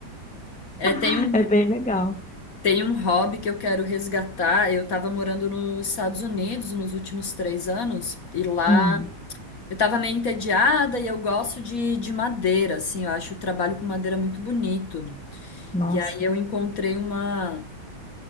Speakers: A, on the left (about 45°); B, in the centre.
A: É, tem
B: <laughs>
A: um,
B: É bem legal.
A: tem um hobby que eu quero resgatar. Eu estava morando nos Estados Unidos nos últimos três anos, e lá
B: Hum,
A: Eu tava meio entediada e eu gosto de, de madeira, assim, eu acho o trabalho com madeira muito bonito.
B: nossa,
A: E aí eu encontrei uma.